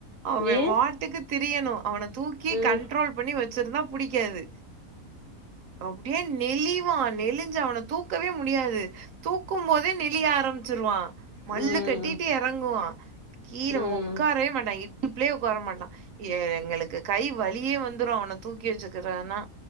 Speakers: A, on the right; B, on the left.
A: அவே
B: ஏ
A: வாட்டுக்கு தரியணு அவனத் தூக்கி
B: ம்
A: கண்ட்ரோல்
B: ம்
A: பண்ணி வச் ச்சிருந்தா புடிக்காது அப்பிடியே நெலி வா நெலிஞ்ச அவன தூக்கவே முடியாது தூக்கும் போத நெல ஆரம்ப ச்சிருவா மல்லு
B: ம் ம்
A: கட்டிட்டு எறங்குவா கீழ
B: ம்
A: உக்காரவே மாட்டா இடுப்புலே குவாரமாட்டா ஏ எங்களுக்கு கை வழியே வந்துரு அவன தூக்கி வச்சிக்கிறனா